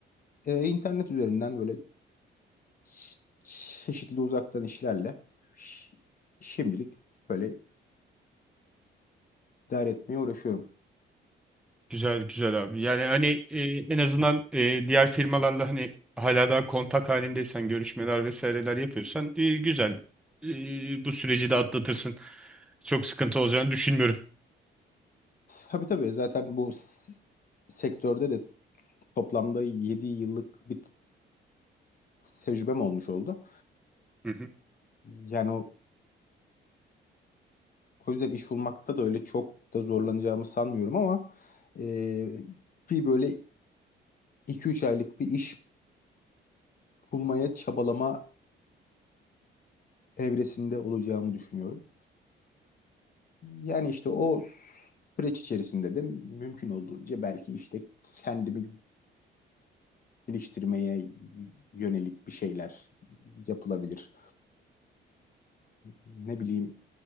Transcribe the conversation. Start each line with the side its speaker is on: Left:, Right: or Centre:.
Left: Ee, internet üzerinden böyle ç- çeşitli uzaktan işlerle ş- şimdilik böyle idare etmeye uğraşıyorum.
Centre: Güzel güzel abi. Yani hani e, en azından e, diğer firmalarla hani hala daha kontak halindeysen görüşmeler vesaireler yapıyorsan e, güzel. E, bu süreci de atlatırsın. Çok sıkıntı olacağını düşünmüyorum.
Left: Tabii tabii zaten bu s- sektörde de toplamda 7 yıllık bir tecrübem olmuş oldu.
Centre: Hı.
Left: Yani o, o yüzden iş bulmakta da öyle çok da zorlanacağımı sanmıyorum ama e, bir böyle 2-3 aylık bir iş bulmaya çabalama evresinde olacağımı düşünüyorum. Yani işte o süreç içerisinde de mümkün olduğunca belki işte kendimi geliştirmeye yönelik bir şeyler yapılabilir. Ne bileyim